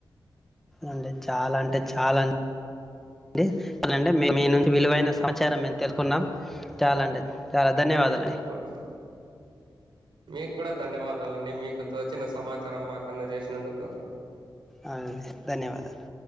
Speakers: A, in the centre; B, on the right.
A: అండి చాలా అంటే చాలా <inaudible> నుండి విలువైన సమ చ్చారా మేం తెలుకున్నాం చాలా అండి చాలా ధన్యవాదాలం
B: అవునండి మీకు కూడా ధన్యవాదాలండి మీకు తోచిన సమాచారం మాకు అందజేసినందుకు
A: ఆ ధన్యవాదాలు